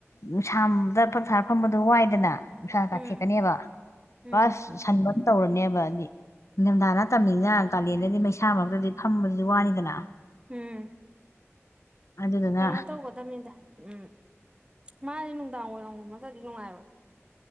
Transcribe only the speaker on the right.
ꯎꯝ ꯎꯝ
ꯎꯝ
ꯀꯩꯅꯣ ꯇꯧꯒꯗꯅꯤꯗ ꯎꯝ ꯃꯥꯅꯦ ꯅꯨꯡꯗꯥꯡ ꯋꯥꯏꯔꯝꯒꯃ ꯅꯥꯗ꯭ꯔꯗꯤ ꯅꯨꯡꯉꯥꯏꯔꯣꯏ